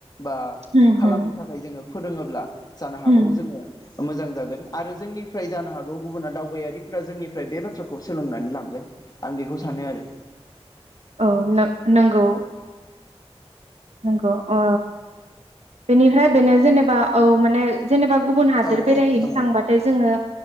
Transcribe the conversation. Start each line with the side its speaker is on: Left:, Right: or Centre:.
Left: बा
Right: होम
Left: खालामनो
Right: होम
Left: थाखाय जोङो फोरोङोब्ला जानो हागौ
Right: होम
Left: जोङो मोजां जागोन आरो जोंनिफ्राय जानो हागौ गुबुना दावबायारिफ्रा जोंनिफ्राय बे बाथ्राखौ सोलोंनानै लांगोन आं बेखौ सानो आरो
Right: औ नं-नंगौ नंगौ अ बेनिफ्राय बेनो जेनेबा औ माने जेनेबा गुबुन हादोर
Left: औ
Right: बेरायहैनो
Left: औ नोंथां औ
Right: थांबाथाय जोङो